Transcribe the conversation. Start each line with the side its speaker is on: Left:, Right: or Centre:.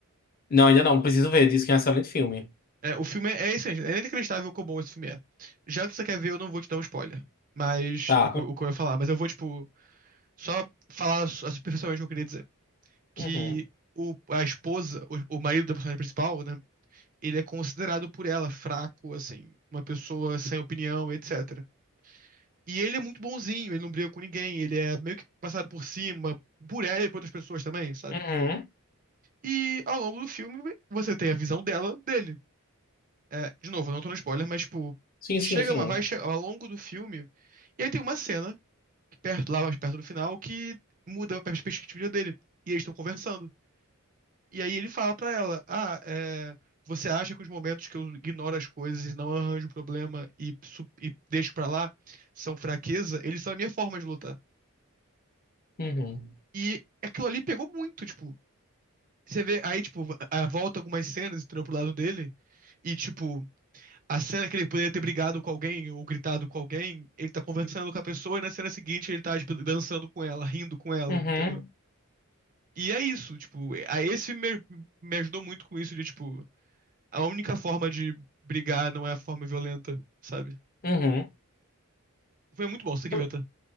Left: Não, ainda não, preciso ver, diz que é um excelente filme.
Right: É, o filme é, é isso, gente. É inacreditável como bom esse filme é. Já que você quer ver, eu não vou te dar um spoiler. Mas.
Left: Tá.
Right: O que,
Left: <laughs>
Right: eu- o que eu ia falar. Mas eu vou, tipo, só falar su- superficialmente o que eu queria dizer. que
Left: Uhum.
Right: o, a esposa, o, o marido da personagem principal, né? Ele é considerado por ela fraco, assim, uma pessoa sem opinião, etc. E ele é muito bonzinho, ele não briga com ninguém, ele é meio que passado por cima, por ela e por outras pessoas também, sabe?
Left: Uhum.
Right: E ao longo do filme, você tem a visão dela, dele. É, de novo, não tô no spoiler, mas, tipo,
Left: Sim,
Right: chega
Left: sim, sim.
Right: uma, vai che- ao longo do filme, e aí tem uma cena, que perto, lá mais perto do final, que muda a perspectiva dele. E eles estão conversando. E aí ele fala pra ela: Ah, é, você acha que os momentos que eu ignoro as coisas e não arranjo problema e, su- e deixo pra lá são fraqueza? Eles são a minha forma de lutar.
Left: Uhum.
Right: E aquilo ali pegou muito, tipo. Você vê, aí, tipo, a- volta algumas cenas, entrou pro lado dele, e, tipo, a cena que ele poderia ter brigado com alguém ou gritado com alguém, ele tá conversando com a pessoa e na cena seguinte ele tá, tipo, dançando com ela, rindo com ela,
Left: Uhum.
Right: entendeu? E é isso, tipo, a esse me, me ajudou muito com isso de, tipo, a única forma de brigar não é a forma violenta, sabe?
Left: Uhum.
Right: Foi muito bom, você tem que
Left: Eu,
Right: ver, tá?